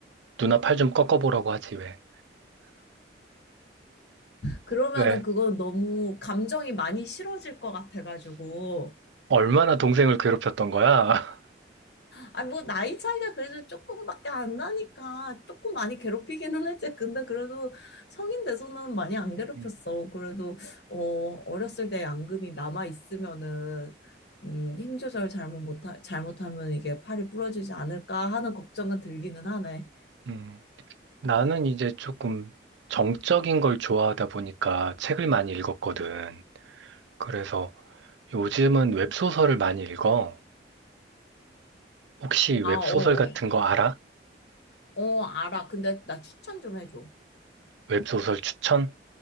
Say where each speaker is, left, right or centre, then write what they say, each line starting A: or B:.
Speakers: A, on the right; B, on the left.
A: 누나 팔 좀 꺾어보라고 하지, 왜?
B: 그러면은
A: 왜?
B: 그건 너무 감정이 많이 실어질 것 같아가지고
A: 얼마나 동생을 괴롭혔던 거야? <laughs>
B: 아, 뭐, 나이 차이가 그래도 조금밖에 안 나니까 조금 많이 괴롭히기는 했지. 근데 그래도 성인 돼서는 많이 안 괴롭혔어.
A: 음,
B: 그래도, 어, 어렸을 때 양금이 남아있으면은, 음, 힘 조절 잘못 못하, 잘못하면 이게 팔이 부러지지 않을까 하는 걱정은 들기는 하네.
A: 음. 나는 이제 조금 정적인 걸 좋아하다 보니까 책을 많이 읽었거든. 그래서 요즘은 웹소설을 많이 읽어. 혹시
B: 아,
A: 웹소설
B: 어,
A: 같은
B: 어.
A: 거 알아?
B: 어, 알아. 근데 나 추천 좀 해줘.
A: 웹소설 추천?